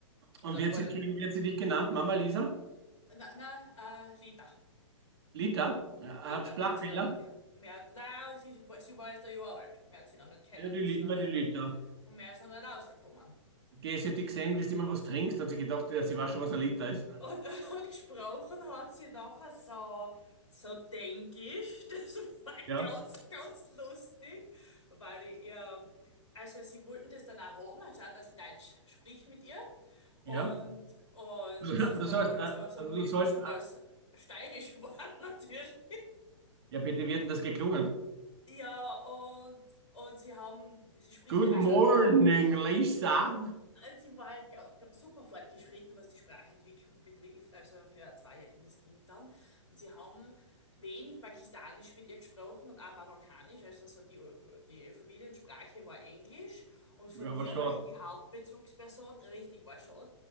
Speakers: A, on the right; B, on the left.
A: Und
B: hat auch
A: wird
B: gewartet,
A: sie, Entschuldigung,
B: bi-
A: wird sie dich genannt? Mama Lisa?
B: na, na, äh, Lita,
A: Lita? Ja,
B: Lita,
A: Hab Sprachfehler?
B: mehr hat sie noch, nicht- mehr, hat- na, sie, war- sie war erst ein Jahr alt, mehr hat sie noch nicht kennen
A: Ja, die,
B: müssen,
A: Li- immer die Lita.
B: und mehr ist noch nicht rausgekommen.
A: Geh, sie hat dich gesehen, wie du immer was trinkst, hat sie gedacht, ja, sie weiß schon, was ein Liter ist.
B: Und, <laughs> und gesprochen hat sie nachher so, so Denglisch. <laughs> Das war
A: Ja,
B: ganz, ganz lustig, weil ich ihr, also sie wollten das dann auch haben, anstatt dass ich Deutsch sprich mit ihr. Und,
A: ja. <laughs>
B: und
A: Du
B: es
A: du
B: ist dann
A: sollst,
B: halt
A: äh,
B: so, so
A: also
B: eine
A: du sollst,
B: Mischung
A: äh,
B: aus Steirisch geworden, <laughs> natürlich.
A: ja bitte, wie hat denn das geklungen?
B: Ja, und, und sie haben, sie spricht,
A: Good
B: also
A: morning, Lisa.
B: Äh, Sie war halt ga- ga- super fortgeschritten, was die Sprachentwicklung betrifft, also für ein zweijähriges Kind dann. Und sie haben wenig Pakistanisch mit ihr gesprochen und auch Marokkanisch, also so die, die Familiensprache war Englisch. Und von
A: Ja,
B: mir,
A: was schade.
B: weil ich die Hauptbezugsperson richtig war schon,